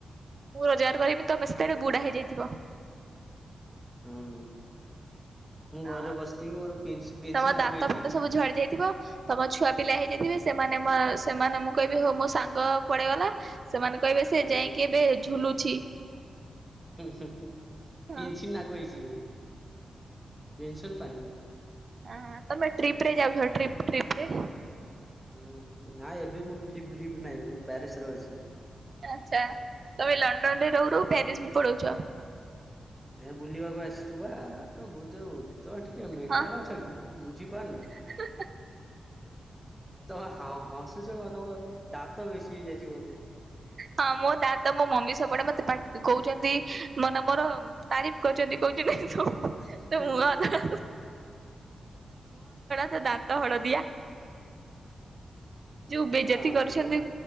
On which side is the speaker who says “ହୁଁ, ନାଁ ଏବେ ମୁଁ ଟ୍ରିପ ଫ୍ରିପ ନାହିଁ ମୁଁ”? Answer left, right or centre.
Centre